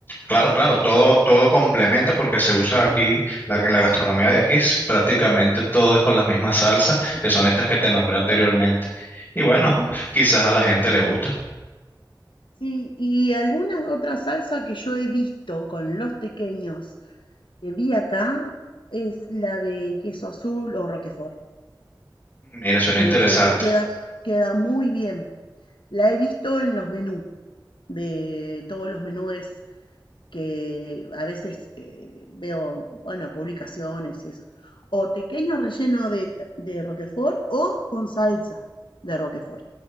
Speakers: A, on the left; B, on the left.
A: Claro, claro, todo, todo complementa porque se usa aquí, la- en la gastronomía de aquí, s- prácticamente todo es con las mismas salsas, que son estas que te nombré anteriormente. Y bueno,
B: Ujú.
A: quizás a la gente le gusta.
B: Sí, y algunas otras salsas que yo he visto con los tequeños que vi acá es la de queso azul o roquefort.
A: Mira, suena
B: que
A: interesante.
B: dicen que queda, queda muy bien. La he visto en los menús, de todos los menús que a veces eh, veo, bueno, publicaciones y eso. O pequeño relleno de, de Roquefort o con salsa de Roquefort,